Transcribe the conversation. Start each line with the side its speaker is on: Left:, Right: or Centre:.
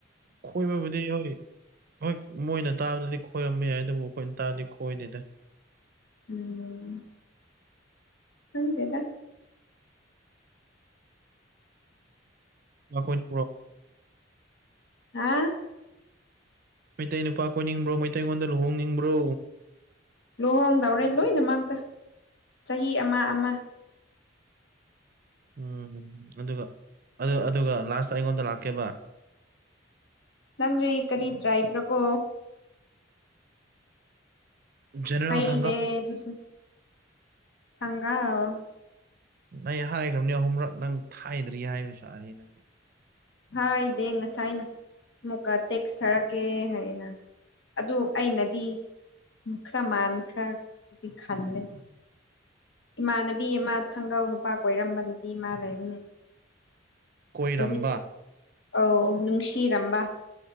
Right: ꯈꯣꯏꯕꯕꯨꯗꯤ ꯌꯣꯛ ꯑꯦ ꯍꯣꯏ ꯃꯣꯏꯅ ꯇꯥꯕꯗꯗꯤ ꯈꯣꯏꯔꯝꯕ ꯌꯥꯏ ꯑꯗꯨꯕꯨ ꯑꯩꯈꯣꯏꯅ ꯇꯥꯕꯗꯤ ꯈꯣꯏꯗꯦꯗ
Left: ꯎꯝ ꯍꯪꯗꯦꯗ
Right: ꯀꯣꯏꯣ
Left: ꯍꯥ
Right: ꯃꯩꯇꯩ ꯅꯨꯄꯥ ꯀꯣꯏꯅꯤꯡꯕ꯭ꯔꯣ ꯃꯩꯇꯩꯉꯣꯟꯗ ꯂꯨꯍꯣꯡꯅꯤꯡꯕ꯭ꯔꯣ
Left: ꯂꯨꯍꯣꯡꯗꯎꯔꯦ ꯂꯣꯏꯅꯃꯛꯇ ꯆꯍꯤ ꯑꯃ ꯑꯃ
Right: ꯎꯝ ꯑꯗꯨꯒ ꯑꯗꯨ ꯑꯗꯨꯒ ꯂꯥꯁꯇ ꯑꯩꯉꯣꯟꯗ ꯂꯥꯛꯀꯦꯕ
Left: ꯅꯪꯔꯤ ꯀꯔꯤ ꯇ꯭ꯔꯥꯏꯕ꯭ꯔꯥꯀꯣ
Right: ꯖꯦꯅꯔꯦꯜ
Left: ꯍꯩꯗꯦ
Right: ꯊꯪꯒꯥ
Left: ꯑꯗꯨꯁꯨ ꯍꯪꯒꯥꯝ
Right: ꯅꯩ ꯍꯥꯏꯈ꯭ꯔꯕꯅꯤ ꯑꯍꯨꯝꯔꯛ ꯅꯪ ꯊꯥꯏꯗ꯭ꯔꯤ ꯍꯥꯏꯕ ꯁꯥꯔꯤꯌꯦ ꯅꯪ
Left: ꯍ ꯏ ꯗꯦ ꯉꯁꯥꯏꯅ ꯃꯨꯀꯇ ꯁ ꯀꯦ ꯍꯥꯏꯅ ꯑꯗꯨ ꯑꯩꯅꯗꯤ ꯈꯔ ꯃꯥꯟ ꯈ꯭ꯔ ꯗꯤ ꯈꯜꯂꯦ ꯏꯃꯥꯟꯅꯕꯤ ꯑꯃ ꯊꯥꯡꯒꯜ ꯅꯨꯄꯥ ꯀꯣꯏꯔꯝꯕ ꯅꯨꯄꯤ ꯏ ꯃꯥꯥ ꯂꯩꯕꯅꯦ
Right: ꯀꯣꯏꯔꯝꯕ
Left: ꯍꯧꯖꯤ ꯑꯥꯎ ꯅꯨꯡꯁꯤꯔꯝꯕ